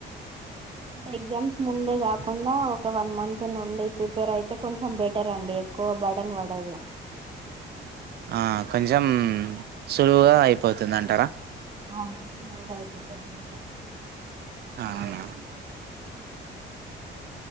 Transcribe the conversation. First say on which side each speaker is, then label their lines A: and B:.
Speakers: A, on the right; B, on the right.
A: అంటే ఎగ్జామ్స్ ముందే కాకుండా ఒక వన్ మంత్ నుండి ప్రిపేర్ అయితే కొంచెం బెటర్ అండి ఎక్కువ బడన్ పడదు
B: ఆ కొంచం సులువుగా పోతుంది అంటారా
A: అవును ఆగాయిపోతు కొ
B: అ అవునా